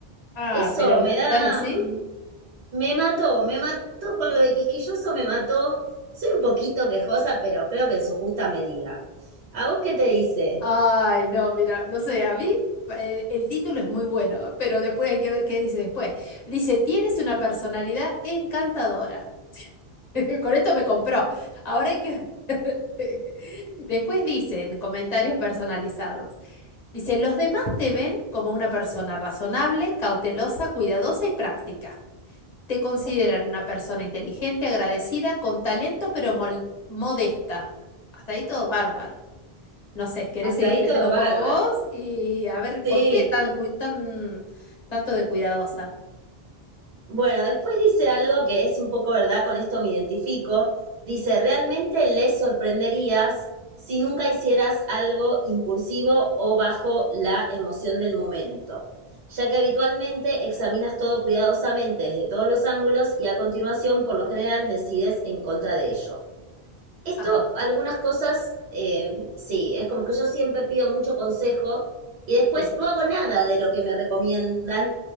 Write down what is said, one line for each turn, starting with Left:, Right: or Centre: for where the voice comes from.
Left: ah,
Right: Eso
Left: pero
Right: me da...
Left: ¿están así?
Right: mm, Me mató, me mató con lo de quisquilloso, me mató. Soy un poquito quejosa, pero creo que en su justa medida. ¿A vos qué te dice?
Left: Ay, no, mira, no sé, a mí eh, el, título es muy bueno, pero después hay que ver qué dice después. Dice, tienes una personalidad encantadora. <laughs> Con esto me compró. Ahora hay que... <laughs> Después dicen comentarios personalizados. Dice, los demás te ven como una persona razonable, cautelosa, cuidadosa y práctica. Te consideran una persona inteligente, agradecida, con talento, pero mol- modesta. Hasta ahí todo bárbaro. No sé, ¿querés
Right: Hasta
Left: seguir
Right: ahí
Left: leyendo
Right: todo bárbaro.
Left: un poco vos? Y a ver, ¿por
Right: Sí.
Left: qué tan, cu- tan tanto de cuidadosa?
Right: Bueno, después dice algo que es un poco verdad, con esto me identifico. Dice, realmente les sorprenderías si nunca hicieras algo impulsivo o bajo la emoción del momento, ya que habitualmente examinas todo cuidadosamente desde todos los ángulos y a continuación, por lo general, decides en contra de ello. Esto,
Left: Ajá,
Right: algunas cosas, eh, sí, es como que yo siempre pido mucho consejo y después
Left: sí.
Right: no hago nada de lo que me recomiendan